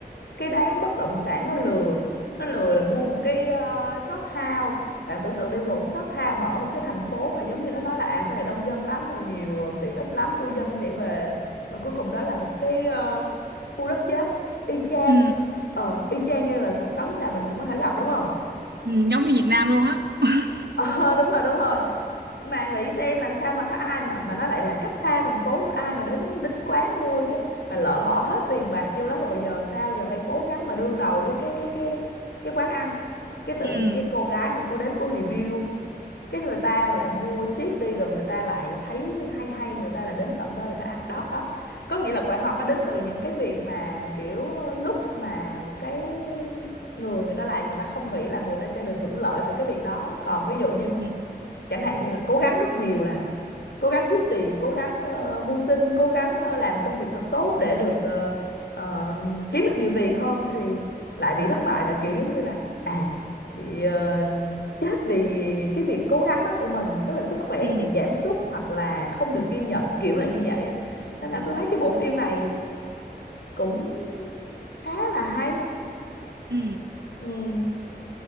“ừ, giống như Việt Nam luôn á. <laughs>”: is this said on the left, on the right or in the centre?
Right